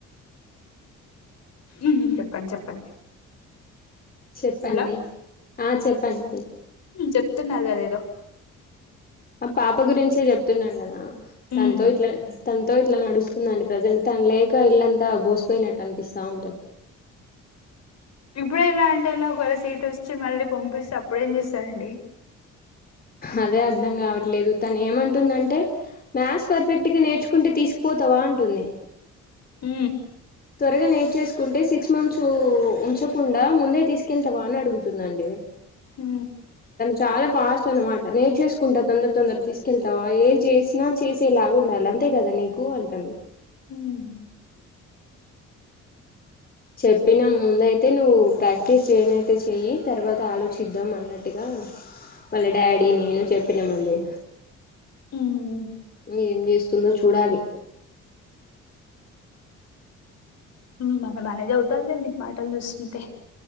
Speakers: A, on the left; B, on the left.
A: ఉమ్ చెప్పండి చెప్పండి
B: చెప్పండి
A: హలో
B: ఆ చెప్పండి మీరు
A: చెప్తున్నారు కద ఏదో
B: ఆ పాప గురించే చెప్తున్నా కదా తన్తో
A: ఉమ్.
B: ఇట్లా తనతో ఇట్లా నడుస్తు దండి ప్రజెంట్ తను లేక ఇల్లంతా బోసిపోయినట్టు అనిపిస్తా ఉంటది
A: ఇప్పుడే ఇలా అంటే ఎలా ఒకవేలా సీట్ వచ్చి మళ్ళీ పంపిస్తే అప్పుడేం చేస్తారండి
B: అదే అర్ధం కావట్లేదు తను ఏమంటుందంటే మ్యాథ్స్ పర్ఫెక్ట్గా నేర్చుకుంటే తీసుకుపోతవా అంటుంది
A: ఉ
B: త్వరగా నేర్చేసుకుంటే సిక్స్ మంత్స్ ఉంచకుండా ముందే తీసుకెళ్తావా అని అడుగుతుందండి
A: ఉ
B: చాలా ఫాస్ట్ అనమాట నేర్చేసుకుంటా తొందర తొందర తీసుకెళ్తావా ఏం చేసినా చేసేలాగా ఉండాలి అంతే కదా నీకు అంటంది
A: ఉమ్
B: చెప్పినాం ముందు అయితే నువ్వు ప్రాక్టీస్ చేయనయితే చెయ్యి తర్వాత ఆలోచిద్దాం అన్న నట్టుగా వాళ్ళ డాడీ నేను చెప్పినామండి
A: ఉమ్.
B: ఏం చేస్తుందో చూడాలి
A: ఉమ్ బాగానే బానే చదువుతాదిలేండి మాటలు చూస్తుంటే